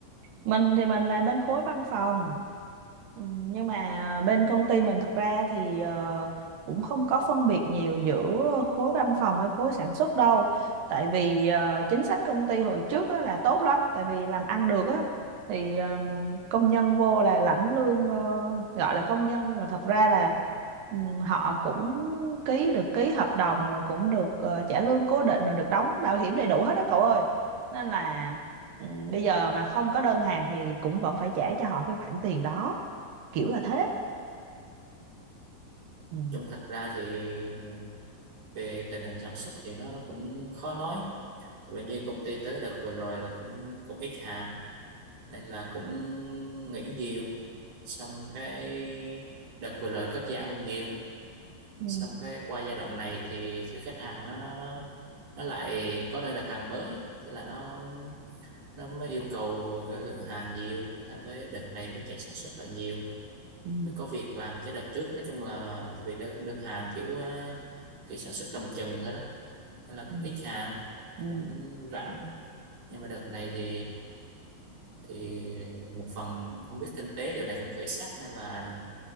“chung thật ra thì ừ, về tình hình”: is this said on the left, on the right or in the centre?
Right